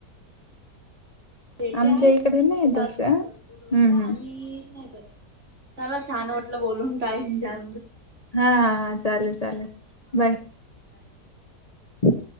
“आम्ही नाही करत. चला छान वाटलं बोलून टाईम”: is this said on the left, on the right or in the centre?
Right